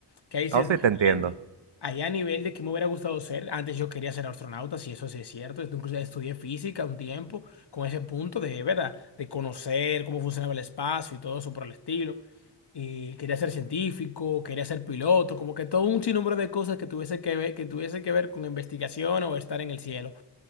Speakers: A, on the left; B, on the right.
A: Que ahí sí
B: No
A: es diferente.
B: sé si te entiendo.
A: Ahí a nivel de qué me hubiera gustado ser, antes yo quería ser astronauta, si eso sí es cierto. Esto Incluso estudié física un tiempo con ese punto de, ¿verdad? De conocer cómo funcionaba el espacio y todo eso por el estilo y quería ser científico, quería ser piloto, como que todo un sinnúmero de cosas que tuviese que ver, que tuviese que ver con investigación o estar en el cielo.